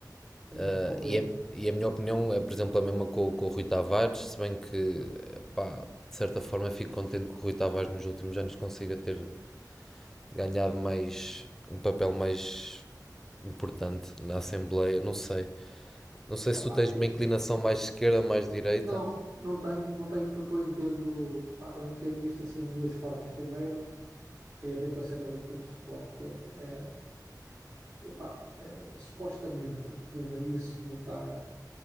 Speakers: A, on the right; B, in the centre.
A: Sim,
B: Ah,
A: compreendo.
B: E, é- e a minha opinião é, por exemplo, a mesma com, com o Rui Tavares, se bem que, pá, de certa forma fico contente que o Rui Tavares nos últimos anos consiga ter ganhado mais, um papel mais importante na Assembleia, não sei. Não sei
A: Opa,
B: se tu tens
A: eu-
B: uma inclinação mais esquerda, mais direita.
A: não, não tenho, não tenho porque eu entendo, pá, eu entendo isto assim de duas formas. Primeiro, tem a ver com a cena do clube de futebol, que é, eh, epá, eh, supostamente deveria-se votar